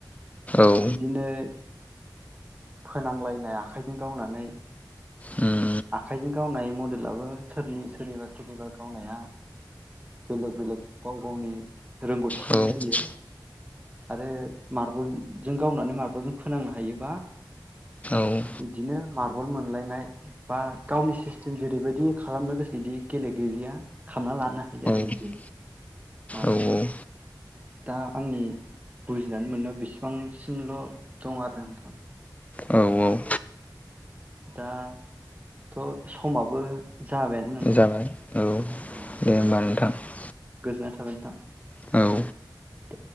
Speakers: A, on the left; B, on the right.
A: औ
B: बिदिनो फोनांलायनाय आखाइजों गावनानै
A: उम
B: आखाइजों गावनाय मडेलाबो सोरनि सोरनिबा सोरनिबा गावनाया बेलेग बेलेग गाव गावनि रोंगौथिजों
A: औ औ
B: जायो आरो मार्बलजों गावनानै मार्बलजों फोनांनो हायोबा
A: उम
B: बिदिनो मार्बल मोनलायनाय बा गावनि जों जेरैबायदि खालामनो गोसो बिदि गेलेगिरिया खालामना लानो हायो आरो
A: औ
B: बिदि मारबला
A: औ
B: दा आंनि बुजिनानै मोननायाव बेसेबांसिमल' दं आरो नोंथां
A: औ औ
B: दाथ' समाबो जाबायानो नोंथां
A: जाबाय औ
B: औ
A: दे होमबा नोंथां
B: गोजोननाय थाबाय <unintelligible>
A: औ
B: दे